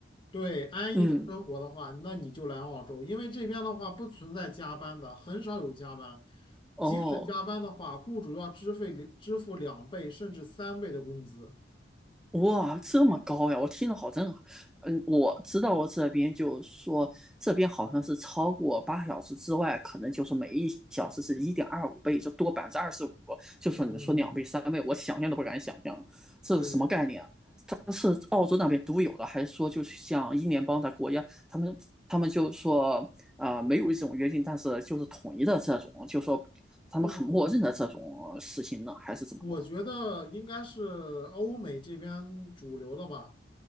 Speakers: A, on the left; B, in the centre.
A: 对安逸的生活的话，
B: 嗯，
A: 那你就来澳洲，因为这边的话不存在加班的，很少有加班。
B: 哦。
A: 即使加班的话，雇主要支费支付两倍甚至三倍的工资。
B: 哇，这么高呀！我听着好震撼。嗯，我知道我这边就是说，这边好像是超过八小时之外，可能就是每一小时是一点二五倍，就多百分之二十五。就说你说两倍、
A: 嗯，
B: 三倍，我想象都不敢想象，这是什么概念啊？
A: 对，
B: 但是澳洲那边独有的，还是说就是像英联邦的国家，他们他们就说啊、呃没有一种约定，但是就是统一的这种，就说他们很默认的这种事情呢，
A: 哦，
B: 还是怎么弄的？
A: 我觉得应该是欧美这边主流的吧，